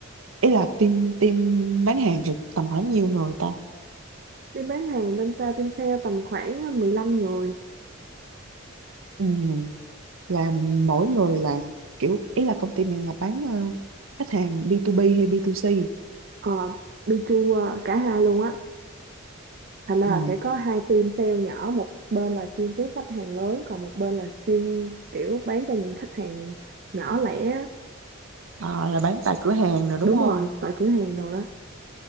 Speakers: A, on the right; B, on the right.
A: ý là team team bán hàng thì tầm khoảng nhiêu người ta
B: team bán hàng bên tao team sale tầm khoảng ờ, 15 người
A: ừ, là mỗi người là kiểu ý là công ty mình là bán ờ, khách hàng B2B hay B2C
B: ờ đi chu ờ, cả hai luôn á thành ra
A: ừ,
B: là sẽ có hai team sale nhỏ một bên là chuyên tiếp khách hàng lớn còn một bên là chuyên kiểu bán cho những khách hàng nhỏ lẻ á.
A: ờ, là bán tại cửa hàng rồi đúng
B: đúng
A: không
B: rồi tại cửa hàng rồi đó